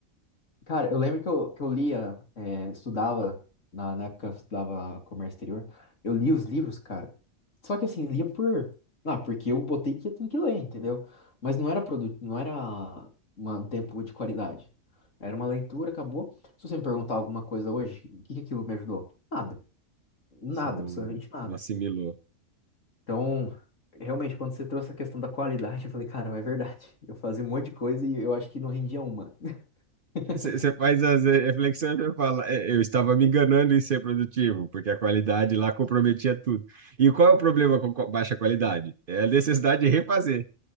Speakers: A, on the left; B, on the right.
A: cara, eu lembro que eu, que eu lia, é, estudava, na, na época eu estudava comércio exterior, eu li os livros, cara. Só que assim, lia por, ah, porque eu botei que eu tenho que ler, entendeu? Mas não era produto, não era uma- um tempo de qualidade. Era uma leitura, acabou. Se você me perguntar alguma coisa hoje, o que que aquilo me ajudou? Nada, nada,
B: Você não,
A: absolutamente nada.
B: não assimilou.
A: Então, realmente, quando você trouxe a questão da qualidade, eu falei, caramba, é verdade. Eu fazia um monte de coisa e eu acho que não rendia uma. <laughs>
B: Você você faz as eh, reflexões e fala, "É, eu estava me enganando em ser produtivo, porque a qualidade lá comprometia tudo. E qual é o problema com co- baixa qualidade? É a necessidade de refazer,